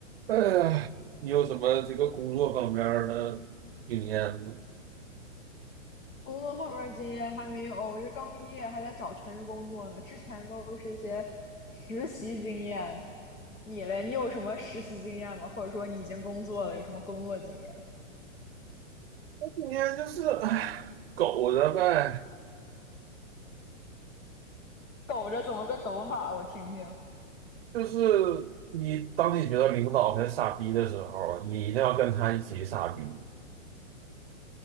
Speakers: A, on the right; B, on the left.
A: 哎呀，你有什么这个工作方面儿的经验吗？
B: 工作后面经验还没有，我这刚毕业还在找全职工作呢。之前都是一些实习经验。你嘞，你有什么实习经验吗？或者说你已经工作了，有什么工作经验？
A: 我今天就是，哎，苟着呗。
B: 抖着怎么个抖法？我听听。
A: 就是你当你觉得领导很傻逼的时候，你一定要跟他一起傻逼。